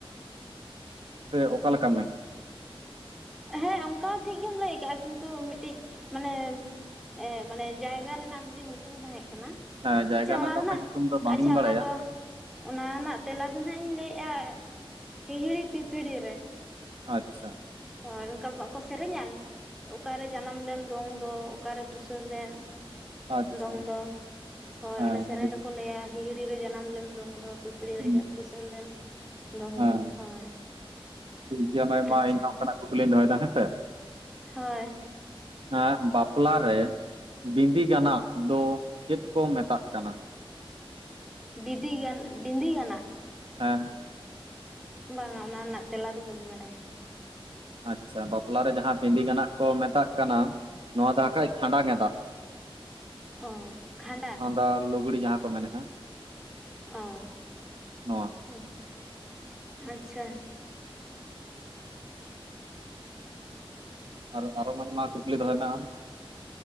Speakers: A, on the right (about 65°); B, in the centre.
A: ᱥᱮ ᱚᱠᱟ ᱞᱮᱠᱟ ᱢᱟᱹᱭ,
B: ᱦᱮᱸ ᱚᱱᱠᱟ ᱦᱚᱸ ᱴᱷᱤᱠ ᱜᱮᱢ ᱞᱟᱹᱭ ᱠᱟᱜᱼᱟ ᱠᱤᱱᱛᱩ ᱢᱤᱫᱴᱤᱡ ᱢᱟᱱᱮ, ᱮᱸ ᱢᱟᱱᱮ ᱡᱟᱭᱜᱟ ᱨᱮᱱᱟᱜ ᱢᱤᱫᱴᱮᱱ ᱧᱩᱛ ᱛᱩᱢ ᱛᱟᱦᱮᱸ ᱠᱟᱱᱟ
A: ᱦᱮᱸ ᱡᱟᱭᱜᱟ
B: ᱟᱪᱪᱷᱟ
A: ᱨᱮᱱᱟᱜ
B: ᱚᱱᱟ ᱫᱚ
A: ᱦᱟᱸᱜ ᱠᱷᱟᱡ
B: ᱱᱟ
A: ᱧᱩᱛᱩᱢ ᱫᱚ ᱵᱟᱝᱤᱧ
B: ᱟᱪᱪᱷᱟ
A: ᱵᱟᱲᱟᱭᱟ
B: ᱚᱱᱟ ᱫᱚ, ᱚᱱᱟ ᱨᱮᱱᱟᱜ ᱛᱮᱞᱟ ᱫᱚ ᱱᱟᱦᱟᱜ ᱤᱧ ᱞᱟᱹᱭᱮᱜᱼᱟ ᱦᱤᱦᱤᱲᱤ ᱯᱤᱯᱤᱲᱤ ᱨᱮ,
A: ᱟᱪᱪᱷᱟ,
B: ᱦᱳᱭ ᱚᱱᱠᱟ ᱵᱟᱠᱚ ᱥᱮᱨᱮᱧᱟᱭ, ᱚᱠᱟᱨᱮ ᱡᱟᱱᱟᱢ ᱞᱮᱱ ᱫᱚᱝ ᱫᱚ ᱚᱠᱟᱨᱮ ᱵᱩᱥᱟᱹᱲ ᱞᱮᱱ,
A: ᱟᱪᱪᱷᱟ
B: ᱫᱚᱝ ᱫᱚ ᱦᱳᱭ
A: ᱦᱮᱸ
B: ᱚᱱᱟ ᱥᱮᱨᱮᱧ
A: ᱟᱫᱚ
B: ᱫᱚᱠᱚ ᱞᱟᱹᱭᱟ, ᱦᱤᱦᱤᱲᱤ ᱨᱮ ᱡᱟᱱᱟᱢ ᱞᱮᱱ ᱫᱚᱝ ᱫᱚ ᱯᱤᱯᱤᱲᱤ ᱨᱮ
A: ᱦᱩᱸ
B: ᱟᱡᱟᱜ ᱵᱩᱥᱟᱹᱲ ᱞᱮᱱ, ᱫᱚᱝ
A: ᱦᱮᱸ
B: ᱫᱚ ᱦᱳᱭ
A: ᱴᱷᱤᱠ ᱜᱮᱭᱟ ᱢᱟᱼᱢᱟ
B: ᱟᱪᱪᱷᱟ
A: ᱤᱧᱦᱚᱸ ᱚᱱᱠᱟᱱᱟᱜ ᱠᱩᱠᱞᱤᱧ ᱫᱚᱦᱚᱭᱮᱫᱟ ᱦᱮᱸᱥᱮ᱾
B: ᱦᱳᱭ,
A: ᱟᱨ ᱵᱟᱯᱞᱟ ᱨᱮ, ᱵᱸᱤᱫᱤ ᱜᱟᱱᱟᱜ ᱫᱚ ᱪᱮᱫ ᱠᱚ ᱢᱮᱛᱟᱜ ᱠᱟᱱᱟ?
B: ᱵᱤᱫᱤ ᱜᱟᱱ ᱵᱸᱤᱫᱤ ᱜᱟᱱᱟᱜ,
A: ᱦᱮᱸ,
B: ᱵᱟᱝᱟ ᱚᱱᱟ ᱨᱮᱱᱟᱜ ᱛᱮᱞᱟ ᱫᱚ ᱵᱟᱹᱧ ᱵᱟᱰᱟᱭᱟ᱾
A: ᱟᱪᱪᱷᱟ ᱵᱟᱯᱞᱟᱨᱮ ᱡᱟᱦᱟᱸ ᱵᱤᱸᱫᱤ ᱜᱮᱱᱟᱜ ᱠᱚ ᱢᱮᱛᱟᱜ ᱠᱟᱱᱟ ᱱᱚᱣᱟ ᱫᱚ ᱠᱷᱟᱡ ᱠᱷᱟᱸᱰᱟ ᱱᱮᱸᱱᱫᱟ᱾
B: ᱚ ᱠᱷᱟᱸᱰᱟ,
A: ᱰᱟ ᱞᱩᱜᱽᱲᱤ ᱡᱟᱦᱟᱸ ᱠᱚ ᱢᱮᱱᱮᱜᱼᱟ᱾
B: ᱚ
A: ᱱᱚᱣᱟ
B: ᱟᱪᱪᱷᱟ ᱟᱪᱪᱷᱟ᱾
A: ᱟᱨ ᱟᱨᱚ ᱢᱟ ᱠᱩᱠᱞᱤ ᱫᱚᱦᱚᱭ ᱢᱮ ᱟᱢ,